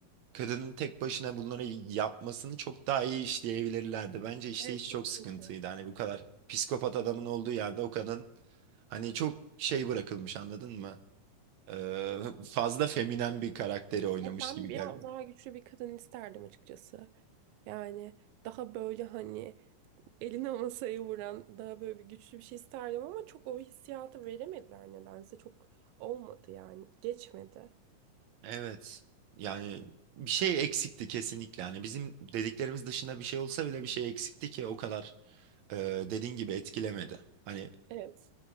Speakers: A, on the right; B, on the right.
A: kadının tek başına bunları yapmasını çok daha iyi işleyebilirlerdi. Bence işte
B: Evet
A: hiç
B: kesinlikle.
A: çok sıkıntıydı. Hani bu kadar psikopat adamın olduğu yerde o kadın hani çok şey bırakılmış anladın mı? E, fazla feminen bir karakteri oynamış
B: Evet ben
A: gibi
B: biraz
A: geldi.
B: daha güçlü bir kadın isterdim açıkçası. Yani daha böyle hani eline masaya vuran daha böyle bir güçlü bir şey isterdim ama çok o hissiyatı veremediler nedense. Çok olmadı yani. Geçmedi.
A: Evet. Yani bir şey eksikti kesinlikle. Yani bizim dediklerimiz dışında bir şey olsa bile bir şey eksikti ki o kadar e, dediğin gibi etkilemedi. Hani
B: Evet.